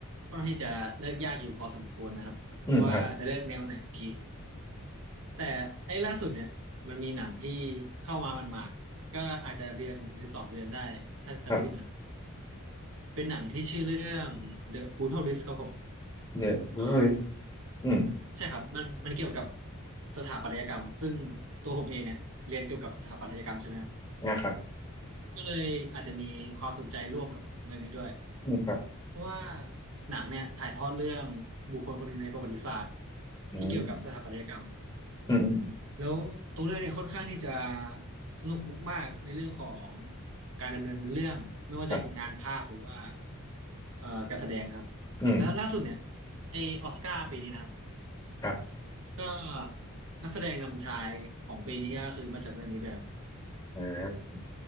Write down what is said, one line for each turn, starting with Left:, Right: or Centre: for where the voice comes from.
Right: ค่อนข้างที่จะเลือกยากอยู่พอสมควรนะครับว่าจะเลือกแนวไหนมาดี
Left: อืมครับ
Right: แต่ไอ้ล่าสุดเนี่ยมันมีหนังที่เข้ามามันมาดๆก็อาจจะเดือนหรือสองเดือนได้ถ้าจำไม่ผิดนะ
Left: ครับ
Right: เป็นหนังที่ชื่อเรื่อง The Brutal List ครับผม
Left: The Brutalist
Right: เอ่อ
Left: อืม
Right: ใช่ครับมันมันเกี่ยวกับสถาปัตยกรรมซึ่งตัวผมเองเนี่ยเรียนเกี่ยวกับสถาปัตยกรรมใช่ไหมครับ
Left: อ่าครับ
Right: ก็เลยอาจจะมีความสนใจร่วมกับเรื่องนี้ด้วย
Left: อืมครับ
Right: เพราะว่าหนังเนี่ยถ่ายทอดเรื่องบุคคลคนหนึ่งในประวัติศาสตร์
Left: อืม
Right: ที่เกี่ยวกับสถาปัตยกรรม
Left: อืมอืม
Right: แล้วตัวเรื่องเนี่ยค่อนข้างที่จะสนุกมากๆในเรื่องของการดำเนินเรื่องไม่ว่าจะงานภาพหรือว่า
Left: ครับ
Right: เอ่อการแสดงนะครับ
Left: อืม
Right: แล้วล่าสุดเนี่ยไอออสการ์ปีนี้นะครับ
Left: ครับ
Right: ก็นักแสดงนำชายของปีนี้ก็คือมาจากเรื่องนี้ด้วยครับ
Left: อ่า